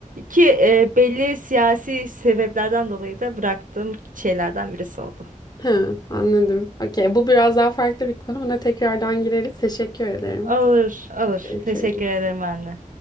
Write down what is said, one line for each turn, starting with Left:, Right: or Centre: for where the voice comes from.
Right: Ki e, belli siyasi sebeplerden dolayı da bıraktığım şeylerden birisi oldu.
Left: He, anladım. Okey, bu biraz daha farklı bir konu. Buna tekrardan gireriz. Teşekkür ederim.
Right: Alır, alır.
Left: Görüşürüz.
Right: Teşekkür ederim anne.